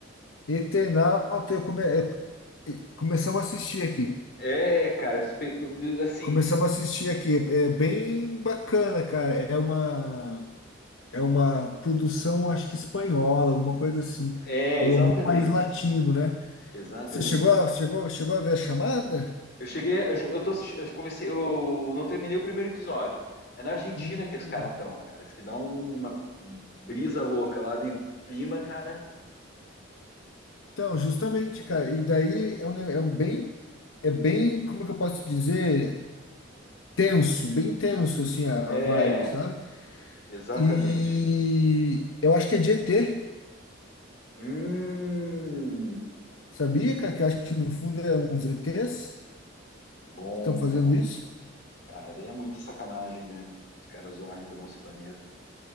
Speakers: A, on the left; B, on the left.
A: Eternauta, eu, come... eu- e- começamos a assistir aqui.
B: É, cara, eu espe- assim,
A: Começamos a assistir aqui. É bem bacana, cara. É uma. é uma produção, acho que espanhola, alguma coisa assim,
B: é,
A: ou
B: exatamente.
A: algum país latino, né?
B: Exatamente.
A: Você chegou a, chegou, chegou a ver a chamada?
B: Eu cheguei, eu, eu tô assistindo, eu comecei, eu não terminei o primeiro episódio. É na Argentina
A: Sim.
B: que os caras estão, cara. Diz que dá um- uma brisa louca lá de clima, cara.
A: Então, justamente, cara, e daí é um, ne- é um bem, é bem, como que eu posso dizer, tenso, bem tenso, assim, a,
B: É,
A: a vibe, sabe?
B: exatamente.
A: E eu acho que é de ET,
B: Hum.
A: sabia, cara? Que eu acho que no fundo é uns ETs
B: Bom,
A: que estão fazendo
B: cara.
A: isso.
B: Cara, daí é muita sacanagem, né? Os caras zoarem com o nosso planeta.